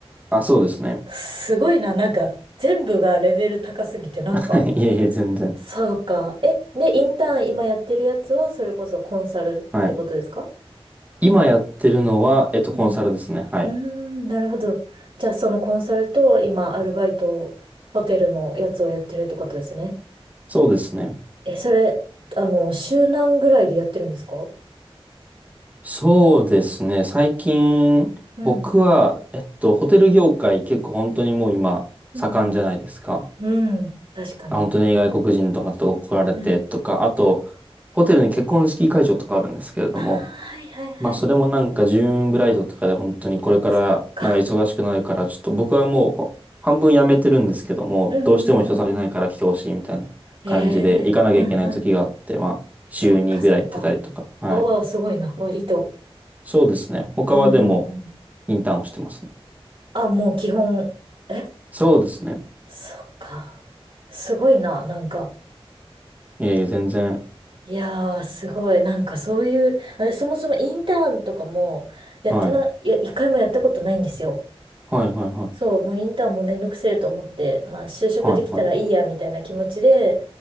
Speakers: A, on the right; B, on the right.
A: あ、そうですね。
B: すごいな、なんか、全部がレベル高すぎて、なんか、
A: <laughs> いえいえ、全然。
B: そうか。え、で、インターン今やってるやつは、それこそコンサルってことですか
A: はい。今やってるのは、えっと、
B: うん。
A: コンサルですね。はい。
B: うーん、なるほど。じゃあ、そのコンサルと、今、アルバイト、ホテルのやつをやってるってことですね。
A: そうですね。
B: え、それ、あの、週何ぐらいでやってるんですか
A: そうですね。最近、
B: うん、
A: 僕は、えっと、ホテル業界結構本当にもう今、
B: うん、
A: 盛んじゃないですか。
B: うん。うん、確かに。
A: 本当に外国人とかと怒られてとか、
B: うん。
A: あと、ホテルに結婚式会場とかあるんですけれども、
B: ああ、はいはいはい。
A: まあそれもなんかジューンブライドとかで本当にこれからなんか忙しくなるから、
B: そっか。
A: ちょっと僕はもうほ半分やめてるんですけども、
B: うん、
A: どうしても人足りないから来てほしいみたいな感じで行かなきゃいけない時があって、
B: うん、うん、うん。ええ、うん、うん。
A: まあ週2ぐらい行ってたりとか。
B: そっか、そっか。
A: はい
B: おー、すごいな、割と。
A: そうですね。他はでも、
B: うん、うん、うん。
A: インターンをしてますね。
B: あ、もう基本。え、
A: そうですね。
B: そっか。すごいな、なんか。
A: ええ、全然。
B: いやー、すごい。なんかそういう、私そもそもインターンとかも、やってな、
A: はい。
B: いや、一回もやったことないんですよ。
A: はい、はい、はい。
B: そう、もうインターンもめんどくせえと思って、まあ就職できたらいいや、
A: はい、はい。
B: みたいな気持ちで、